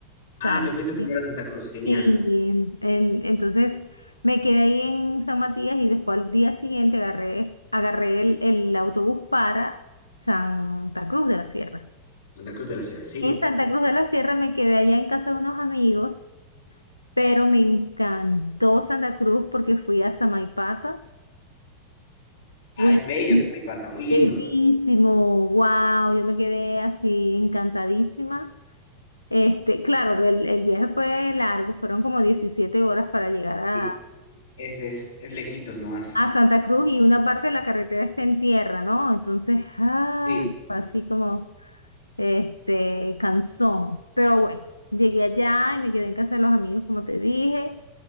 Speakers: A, on the left (about 85°); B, on the left (about 65°).
A: Sale.
B: Ah, te fuiste primero a Santa Cruz. Genial.
A: Sí, en- en- entonces me quedé ahí en San Matías y después al día siguiente agarré, es- agarré el, el autobús para Santa Cruz de la Sierra.
B: Santa Cruz de la Sierra, sí.
A: En Santa Cruz de la Sierra me quedé allá en casa de unos amigos pero me encantó Santa Cruz porque fui a Samaipata.
B: Ah,
A: Uy,
B: es bello, Pata, muy lindo.
A: bellísimo, wow, yo me quedé así encantadísima. Este, claro, el, el viaje fue largo, fueron como 17 horas para llegar
B: Sí,
A: a,
B: es, es, es lejitos nomás.
A: a Santa Cruz y una parte de la carretera está en tierra, ¿no? Entonces, ah,
B: Sí.
A: fue así como... este, Canzón. Pero bueno, llegué allá y me quedé en casa de los amigos, como te dije.